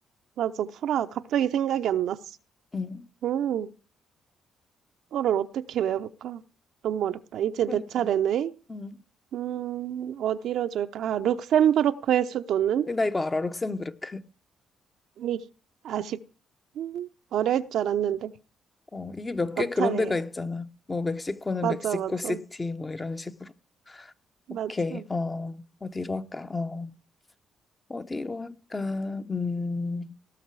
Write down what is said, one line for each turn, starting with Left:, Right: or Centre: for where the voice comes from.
Right: 맞아, 프라하. 갑자기 생각이 안 났어.
Left: 음,
Right: 음, 이거를 어떻게 외울까? 너무 어렵다. 이제
Left: 그러니까.
Right: 내 차례네.
Left: 음.
Right: 음, 어디로 줄까? 아, 룩셈부르크의 수도는?
Left: 근데 나 이거 알아, 룩셈부르크.
Right: 이, 아쉽, 음, 어려울 줄 알았는데.
Left: 어, 이게 몇 개
Right: 너
Left: 그런
Right: 차례야.
Left: 데가 있잖아. 뭐 멕시코는
Right: 맞아,
Left: 멕시코
Right: 맞아,
Left: 시티 뭐 이런 식으로.
Right: 맞아.
Left: 오케이. 어, 어디로 할까? 어, 어디로 할까? 음,